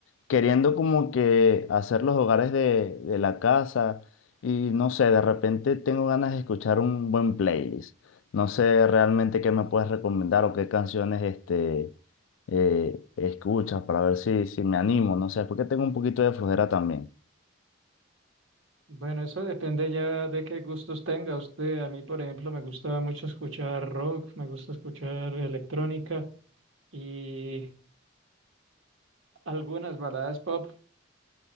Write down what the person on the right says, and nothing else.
Bueno, eso depende ya de qué gustos tenga usted. A mí, por ejemplo, me gusta mucho escuchar rock, me gusta escuchar electrónica y algunas baladas pop.